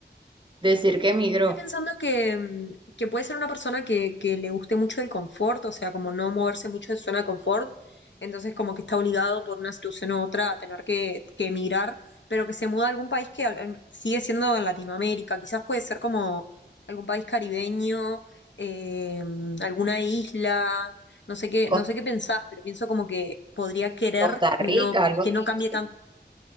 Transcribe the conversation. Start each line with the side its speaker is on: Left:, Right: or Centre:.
Right: decir que emigró?
Left: Estoy pensando que, mm, que puede ser una persona que, que le guste mucho el confort, o sea, como no moverse mucho de su zona de confort, entonces como que está obligado por una situación u otra a tener que, que emigrar, pero que se muda a algún país que al- em, sigue siendo en Latinoamérica, quizás puede ser como algún país caribeño, eh, alguna isla, no sé qué, no
Right: Cos-
Left: sé qué pensás, pero pienso como que podría querer
Right: Costa
Left: no,
Right: Rica, algo
Left: que
Right: así.
Left: no cambie tanto,